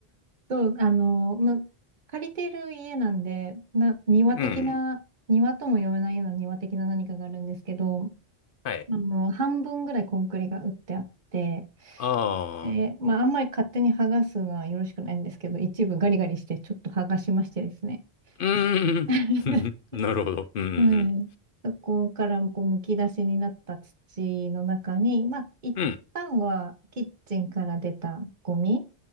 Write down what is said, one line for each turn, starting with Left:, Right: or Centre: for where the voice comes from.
Right: そう、あの、ま、借りてる家なんで、な、庭的な、
Left: うん。
Right: 庭とも呼べないような庭的な何かがあるんですけど、
Left: はい。
Right: あの、半分ぐらいコンクリが打ってあって、
Left: ああ。
Right: で、まあ、あんまり勝手に剥がすのはよろしくないんですけど、一部ガリガリしてちょっと剥がしましてですね。
Left: うーん。
Right: <laughs>
Left: <laughs> なるほど。うん、うん。
Right: はい。そこからこうむき出しになった土の中に、まあ、一旦はキッチンから出たゴミ
Left: うん、